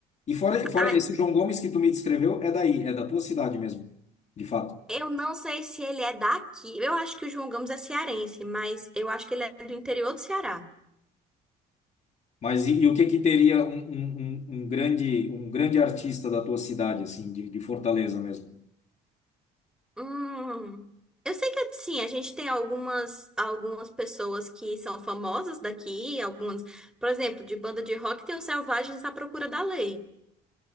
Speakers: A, on the left (about 45°); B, in the centre.
A: E fora, fora
B: Ai,
A: esse João Gomes que tu me descreveu, é daí, é da tua cidade mesmo, de fato.
B: eu não sei se ele é daqui. Eu acho que o João Gomes é cearense, mas eu acho que ele é do interior do Ceará.
A: Mas e, e o que que teria um, um, um um grande, um grande artista da tua cidade, assim, de, de Fortaleza mesmo?
B: Hum, eu sei que sim, a gente tem algumas algumas pessoas que são famosas daqui, algumas, por exemplo, de banda de rock tem os Selvagens à Procura da Lei.